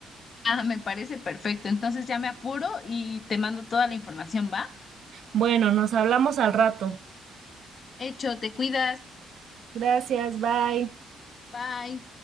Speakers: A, on the left; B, on the right.
A: Ah, me parece perfecto. Entonces ya me apuro y te mando toda la información, ¿va?
B: Bueno, nos hablamos al rato.
A: Hecho, te cuidas.
B: Gracias, bye.
A: Bye.